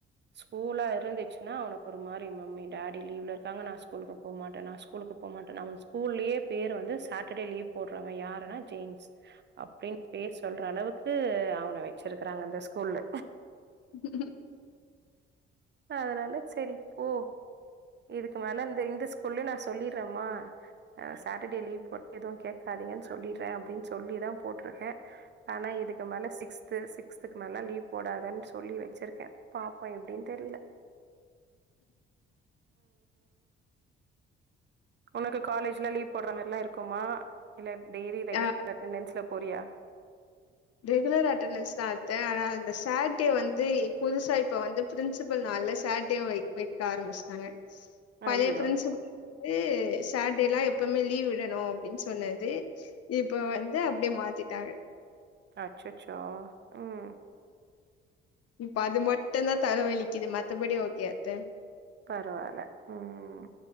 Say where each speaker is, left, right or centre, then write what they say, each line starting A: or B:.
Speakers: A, on the right (about 35°); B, on the left (about 50°).
A: ஸ்கூலா இருந்துச்சுன்னா அவனு ஒரு மாரி மம்மி டேடி லீவ்ல இருக்காங்க நா ஸ்கூலுக்கு போமாட்டே நா ஸ்கூலுக்கு போமாட்டேன்னு அவ கூல்லியே பேர் வந்து சாட் டர்டே லீவ் போட்றவ யாருன்னா ஜேம்ஸ் அப்டின்னு பேர் சொல்ற அளவு கு அவன வச்சிருக்கறாங்க அந்த ஸ்கூல்ல
B: உ
A: ஆ அதனால செரி போ இதுக்கு மேல இந்த இந்த ஸ்கூல்லயு நா சொல்லிறே அம்மா சாட்டர்டே லீவ் போட் எதுவு கேக்காதீங்கன்னு சொல்லிறே அப்டின்னு சொல்லிதா போட்டிருக்கே ஆனா இதுக்கு மேல சிக்ஸ்து சிக்ஸ்துக்கு மேல லீவ் போடாதன்னு சொல்லி வச்சிருக்கே பாப்போ எப்டின்னு தெர்ல உனக்கு காலேஜ்ல லீவ் போடுற மாரிலா இருக்குமா ல்ல டெய்லி ரெகுலர்
B: ஆ
A: அட்டெண்டன்ஸ்ல போறியா
B: ரெகுலர் அட்டண்டன்ஸ் தா அத்த ஆனா இந்த சேட்டே வந்து புதுசா இப்ப வந்து பிரின்சிபல் நால சேட்டே வைக்க ஆரம்பிச்சட்டாங்க பழைய
A: ஐயோ
B: பிரின்சிபல் ஏ சாட்டேலா எப்பமே லீவ் விடணு அப்டின்னு சொன்னது இப்ப வந்து அப்டியே மாத்திட்டாங்க
A: அச்சச்சோ ம்
B: இப்ப அது மட்டுதாக தலவகலிக்குது மத்தபடி ஓகே அத்த
A: பரவால உம்